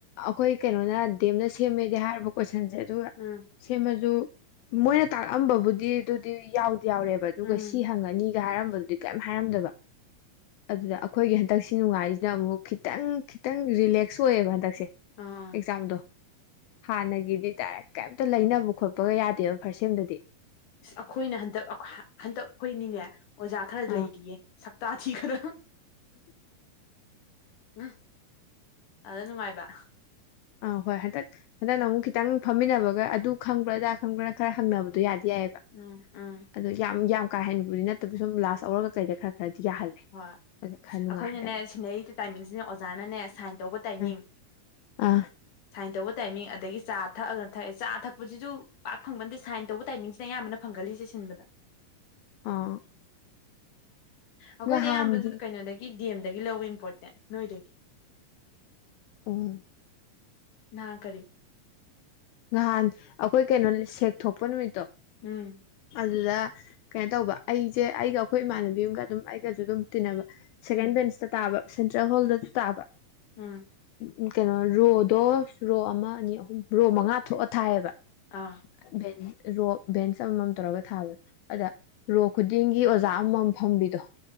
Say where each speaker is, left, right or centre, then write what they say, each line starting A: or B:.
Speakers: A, on the left; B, on the left.
A: ꯑꯩꯈꯣꯏ ꯀꯩꯅꯣꯅ ꯗꯦꯝꯅ ꯁꯦꯝꯃꯦꯗꯤ ꯍꯥꯏꯔꯕ ꯀꯣ ꯇ ꯁꯟꯁꯦ ꯑꯗꯨꯒ
B: ꯎꯝ
A: ꯁꯦꯝꯃꯁꯨ ꯃꯣꯏꯅ ꯇꯥꯛꯔꯑꯝꯕꯕꯨꯗꯤ ꯑꯗꯨꯗꯤ ꯌꯥꯎꯗ ꯌꯥꯎꯔꯦꯕ ꯑꯗꯨꯒ
B: ꯎꯝ
A: ꯁꯤ ꯍꯪꯉꯅꯤ ꯍꯥꯏꯔꯝꯕꯗꯨꯗꯤ ꯀꯔꯤꯝ ꯍꯥꯏꯔꯝꯗꯕ ꯑꯗꯨꯗ ꯑꯩꯈꯣꯏꯒꯤ ꯍꯟꯗꯛꯁꯤ ꯅꯨꯡꯉꯥꯏꯔꯤꯁꯤꯅ ꯑꯃꯨꯛ ꯈꯤꯇꯪ ꯈꯤꯇꯪ ꯔꯤꯂꯦꯛꯁ ꯑꯣꯏꯌꯦꯕ ꯍꯟꯗꯛ
B: ꯑꯥ
A: ꯑꯦꯛꯖꯥꯝꯗꯣ ꯍꯥꯟꯅꯒꯤꯗꯤ ꯇꯔꯦ ꯀꯩꯝꯇ ꯂꯩꯅꯕ ꯈꯣꯠꯄꯒ ꯌꯥ ꯐꯥꯔꯁꯦꯝꯗꯗꯤ
B: ꯑꯩꯈꯣꯏꯅ ꯍꯟꯗꯛ ꯍꯟꯗꯛ ꯑꯩꯣꯏ ꯅꯤꯡꯉꯦ ꯑꯣꯖꯥ ꯈꯔ
A: ꯑ
B: ꯂꯩꯔꯤꯌꯦ ꯇꯥ ꯊꯤꯈꯗ ꯎ ꯎ ꯑꯗ ꯅꯨꯡꯉꯥꯏꯕ
A: ꯑ ꯍꯣꯏ ꯍꯟꯗꯛ ꯍꯟꯗꯛꯅ ꯑꯃꯨꯛ ꯈꯤꯇꯪ ꯐꯝꯃꯤꯟꯅꯕꯒ ꯑꯗꯨ ꯈꯪꯕ꯭ꯔꯥ ꯑꯗꯥ ꯈꯪꯕ꯭ꯔꯥꯅ ꯈꯔ ꯍꯪꯅꯕꯗꯣ ꯌꯥꯗꯦ ꯌꯥꯏꯕ
B: ꯎꯝ ꯎꯝ
A: ꯑꯗꯨ ꯌꯥꯝ ꯌꯥꯝ ꯀꯥꯏꯍꯟꯕꯗꯤ ꯅꯠꯇꯕ ꯁꯨꯝ ꯂꯥꯁꯧꯔꯒ ꯀꯩꯗ ꯈꯔ ꯈꯔꯗꯤ ꯌꯥꯍꯜꯂꯦ
B: ꯍꯣꯏ ꯑꯩꯈꯣꯏꯅꯅꯦ
A: ꯑꯗ ꯈꯔ ꯅꯨꯡꯉꯥꯏ ꯍꯟꯗꯛꯅ
B: ꯁꯤꯟꯅꯔꯤꯗ ꯇꯥꯏꯃꯤꯡꯁꯤꯅꯦ ꯑꯣꯖꯥꯅꯅꯦ ꯁꯥꯏꯟ ꯇꯧꯕ ꯇꯥꯏꯃꯤꯡ꯫
A: ꯑꯥ ꯑꯥ
B: ꯁꯥꯏꯟ ꯇꯧꯕ ꯇꯥꯏꯃꯤꯡ ꯑꯗꯒꯤ ꯆꯥ ꯊꯛꯑꯒ ꯊꯛꯑꯦ ꯆꯥ ꯊꯛꯄꯁꯤꯁꯨ ꯄꯥꯛ ꯐꯪꯕꯗꯤ <inaudible>
A: ꯑꯥ
B: ꯑꯩꯈꯣꯏꯗ
A: ꯅꯍꯥꯟꯒꯤ
B: ꯑꯌꯥꯝꯕ ꯀꯩꯅꯣꯗꯒꯤ ꯗꯤ ꯑꯦꯝ ꯗꯒꯤ ꯂꯧꯏ ꯏꯝꯄꯣꯔꯇꯦꯟ ꯅꯣꯏꯗꯒꯤ
A: ꯎꯝ
B: ꯅꯥꯍꯥꯟ ꯀꯔꯤ
A: ꯉꯍꯥꯟ ꯑꯩꯈꯣꯏ ꯀꯩꯅꯣ ꯁꯦꯛ ꯊꯣꯛꯄ ꯅꯨꯃꯤꯠꯇꯣ
B: ꯎꯝ
A: ꯑꯗꯨꯗ ꯀꯩꯅꯣ ꯇꯧꯕ ꯑꯩꯁꯦ ꯑꯩꯒ ꯑꯩꯈꯣꯏ ꯏꯃꯥꯟꯅꯕꯤ ꯑꯃꯒ ꯑꯗꯨꯝ ꯑꯩꯒꯁꯨ ꯑꯗꯨꯝ ꯇꯤꯟꯅꯕ ꯁꯦꯀꯦꯟ
B: ꯎꯝ
A: ꯕꯦꯟꯁꯇ ꯇꯥꯕ ꯁꯦꯟꯇ꯭ꯔꯦꯜ ꯍꯣꯜꯗꯁꯨ ꯇꯥꯕ
B: ꯎꯝ
A: ꯎꯝ ꯀꯩꯅꯣ ꯔꯣꯗꯣ ꯔꯣ ꯑꯃ ꯑꯅꯤ ꯑꯍꯨꯝ ꯔꯣ ꯃꯉꯥ ꯊꯣꯛꯑꯒ ꯊꯥꯏꯑꯌꯦꯕ
B: ꯑꯥ
A: ꯅꯤ <unintelligible> ꯔꯣ ꯚꯦꯟꯁ ꯑꯃꯃꯝ ꯇꯧꯔꯒ ꯊꯥꯕꯗ ꯑꯗ ꯔꯣ ꯈꯨꯗꯤꯡꯒꯤ ꯑꯣꯖꯥ ꯑꯃꯃꯝ ꯐꯝꯕꯤꯗꯣ